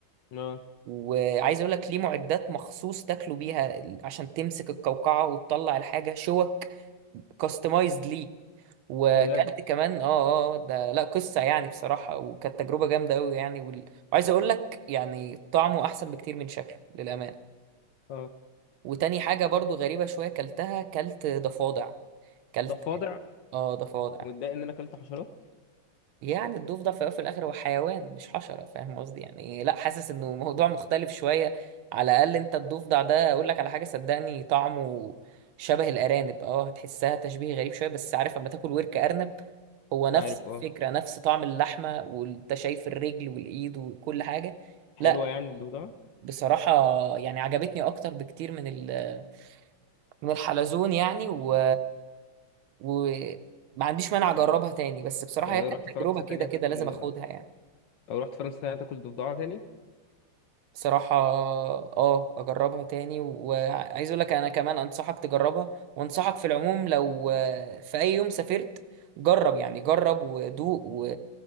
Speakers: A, on the left; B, on the right.
A: اه
B: وعايز اقول لك ليه معدات مخصوص تاكلوا بيها ال- عشان تمسك القوقعة وتطلع الحاجة شوك كاستمايزد ليه وكلت
A: بجد
B: كمان اه اه آه، ده لا قصة يعني بصراحة وكانت تجربة جامدة قوي يعني وال... وعايز اقول لك يعني طعمه احسن بكتير من شكله للأمانة
A: اه
B: وتاني حاجة برضو غريبة شوية كلتها كلت ضفادع كلت
A: طب فاضع
B: اه ضفادع
A: ومتضايق ان انا اكلت حشرات
B: يعني الضفدع في الأول وفي الاخر هو حيوان مش حشره فاهم قصدي يعني لا حاسس انه موضوع مختلف شويه على الاقل انت الضفدع ده اقول لك على حاجه صدقني طعمه شبه الارانب اه هتحسها تشبيه غريب شويه بس عارف لما تاكل ورك ارنب هو نفس
A: عارف
B: الفكره
A: اه
B: نفس طعم اللحمه وانت شايف الرجل والايد وكل حاجه
A: حلوه
B: لا
A: يعني الضفدعه
B: بصراحه يعني عجبتني اكتر بكتير من ال من الحلزون يعني و وما عنديش مانع اجربها
A: يعني
B: تاني بس بصراحة
A: يعني
B: هي
A: لو
B: كانت
A: رحت فرنسا
B: تجربة كده
A: تاني
B: كده
A: هتاكل
B: لازم اخدها يعني
A: لو رحت فرنسا تاني هتاكل ضفدعه تاني
B: بصراحة اه اجربها تاني وعايز اقول لك انا كمان انصحك تجربها وانصحك في العموم لو آه، في اي يوم سافرت جرب يعني جرب ودوق و...